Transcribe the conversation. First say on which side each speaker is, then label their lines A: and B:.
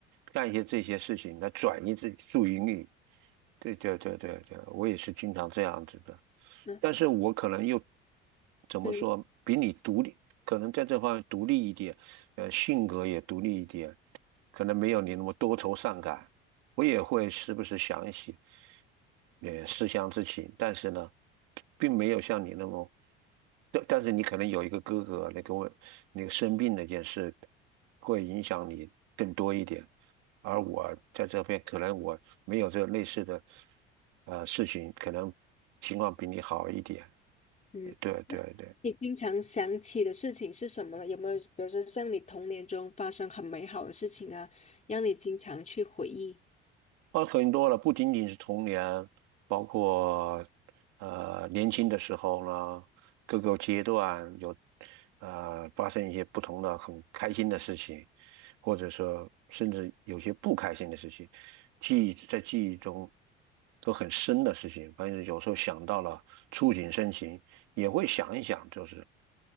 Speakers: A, on the right (about 75°); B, on the left (about 25°).
A: 干一些这些事情来转移自己注意力，对对对对对，我也是经常这样子的，
B: 嗯
A: 但是我可能又怎么说，
B: 嗯
A: 比你独立，可能在这方面独立一点，呃，性格也独立一点，可能没有你那么多愁善感。我也会时不时想一些，呃，思乡之情，但是呢，并没有像你那么，但但是你可能有一个哥哥，那个问，那个生病那件事，会影响你更多一点。而我在这边可能我没有这个类似的呃事情，可能情况比你好一点。
B: 嗯。
A: 对对对。
B: 你经常想起的事情是什么呢？有没有，比如说像你童年中发生很美好的事情啊，让你经常去回忆？
A: 啊，很多了，不仅仅是童年，包括呃年轻的时候呢，各个阶段有呃发生一些不同的很开心的事情，或者说甚至有些不开心的事情，记忆在记忆中都很深的事情。反正有时候想到了，触景生情，也会想一想，就是